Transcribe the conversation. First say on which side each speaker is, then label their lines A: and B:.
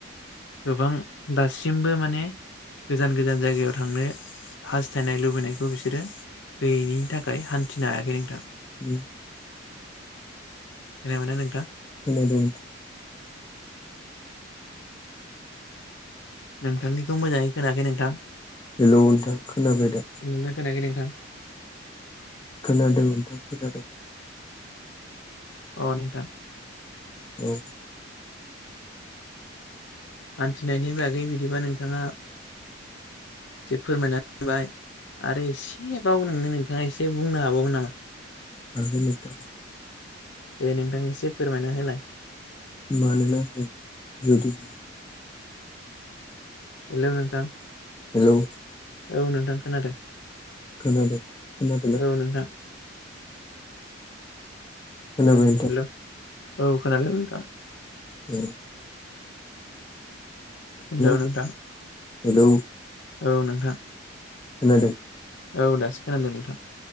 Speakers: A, on the left (about 70°); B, on the left (about 20°).
A: गोबां दासि मबो माने गोजान गोजान जायगायाव थांनो हास्थायनाय लुबैनायखौ बिसोरो गैयैनि थाखाय हान्थिनो हायाखै नोंथां
B: उ
A: खोनाबाय ना नोंथां
B: खोनादों
A: नोंथांनिखौ मोजाङै खोनाखै नोंथां
B: हेलौ नोंथां खोनाबाय दा
A: नोंना <inaudible>
B: खोनादों नोंथां खोनादों
A: अ नोंथां
B: औ
A: हान्थिनायनि बागै बिदिबा नोंथाङा फोरमायना होबाय आरो एसेबाव नोंनो नोंथाङा एसे बुंनो हाबावगोन नामा
B: हागोन नोंथां
A: दे नोंथां एसे फोरमायना होलाय
B: मानोना जुदि
A: हेलौ नोंथां
B: हेलौ
A: औ नोंथां खोनादों
B: खोनादों खोनादोंना
A: औ
B: खोनादों
A: नोंथां
B: खोनाबाय नोंथां
A: हेलौ औ खोनादों नोंथां
B: उ
A: हेलौ
B: जों
A: नोंथां
B: हेलौ
A: औ नोंथां
B: खोनादों
A: औ दासो खोनादों नोंथां।